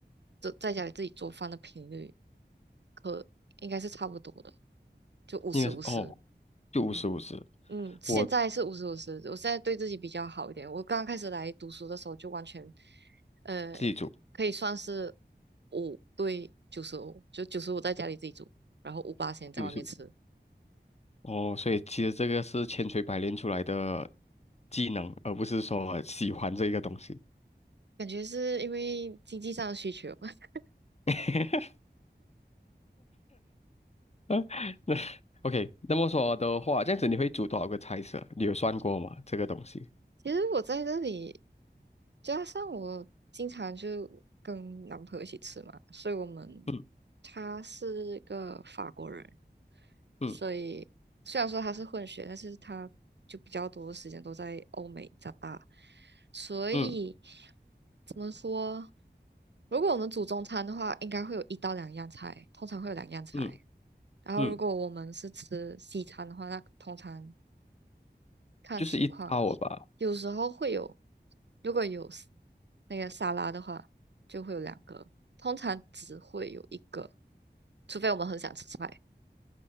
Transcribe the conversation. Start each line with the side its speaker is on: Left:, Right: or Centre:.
Right: 在在家里自己做饭的频率，可应该是差不多的，就五十五十，
Left: 应该是哦就五十五十，
Right: 嗯嗯，现在是五十五十，
Left: 我
Right: 我现在对自己比较好一点，我刚刚开始来读书的时候就完全，呃，
Left: 自己煮
Right: 可以算是五对九十五，就九十五在家里自己煮，然后五八先在外面吃。
Left: 就五十五哦，所以其实这个是千锤百炼出来的技能，而不是说喜欢这个东西。
Right: 感觉是因为经济上的需求。<laughs>
Left: <laughs> 嗯那 OK，那么说的话，这样子你会煮多少个菜色？你有算过吗？这个东西？
Right: 其实我在这里，加上我经常就跟男朋友一起吃嘛，所以我们
Left: 嗯
Right: 他是个法国人，
Left: 嗯
Right: 所以虽然说他是混血，但是他就比较多的时间都在欧美长大，所以
Left: 嗯
Right: 怎么说？如果我们煮中餐的话，应该会有一到两样菜，通常会有两样菜。
Left: 嗯
Right: 然后，
Left: 嗯，
Right: 如果我们是吃西餐的话，那通常看情况，
Left: 就是一套吧。
Right: 有时候会有，如果有 s- 那个沙拉的话，就会有两个，通常只会有一个，除非我们很想吃菜。